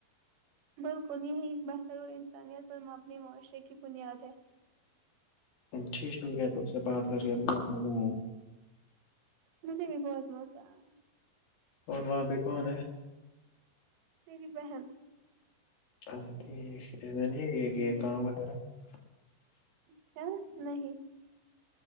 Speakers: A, on the right (about 80°); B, on the left (about 60°).
A: بالکل یہی ایک بہتر اور انسانیت پر مبنی معاشرے کی بنیاد ہے
B: جی شکریہ تم سے بات کر کے بہت مزہ آیا
A: مجھے بھی بہت مزہ آیا
B: اور وہاں بپے کون ہے
A: میری بہن
B: اچھا ٹھیک اس نہیں یہ کہ
A: جی
B: کام وغیرہ
A: <inaudible> نہیں